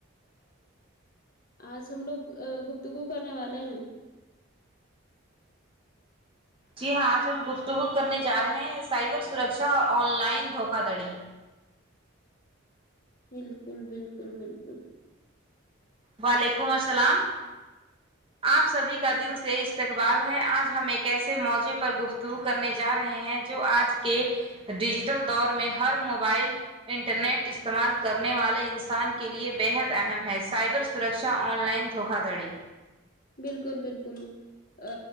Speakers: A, on the left (about 40°); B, on the right (about 25°).
A: آج ہم لوگ گپتگو کرنے والے ہیں
B: جی ہاں آج ہم گفتگو کرنے جا رہے ہیں سائبر سرکشھا اور آن لائن دھوکا دھڑی
A: بالکل بالکل بالکل
B: وعلیکم السلام آپ سبھی کا دل سے استقبال ہے آج ہم ایک ایسے موزے پر گفتگو کرنے جا رہے ہیں جو آج کے ڈیجیٹل دور میں ہر موبائل انٹرنیٹ استعمال کرنے والے انسان کے لیے بے حد اہم ہے سائبر سرکشا آن لائن دھوکا دڑی
A: بالکل بالکل ا